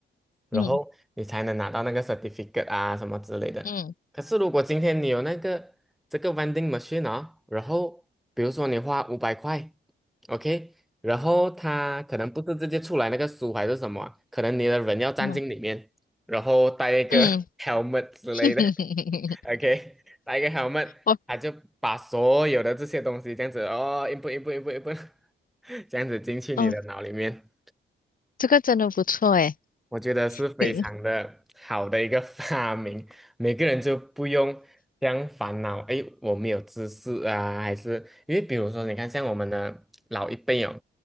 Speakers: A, in the centre; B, on the left (about 45°).
A: 然后你才能拿到那个
B: 嗯
A: certificate 啊什么之类的。
B: 嗯
A: 可是如果今天你有那个这个 vending machine 啊、然后比如说你花五百块。OK，然后他可能不是直接出来那个书还是什么啊可能你的人要站进里面，
B: 嗯
A: 然后戴一个
B: 嗯
A: <laughs> helmet 之类的
B: <laughs>
A: ，OK，戴一个 helmet，
B: 我
A: 它就把所有的这些东西这样子哦一步一步一步一步 <laughs> 这样子进去你的脑里面。
B: 哦，这个真的不错诶。
A: 我觉得是非常的好的一个
B: 嗯
A: <laughs> 发明，每个人就不用这样烦恼，诶，我没有知识啊，还是因为比如说，你看像我们的老一辈哦，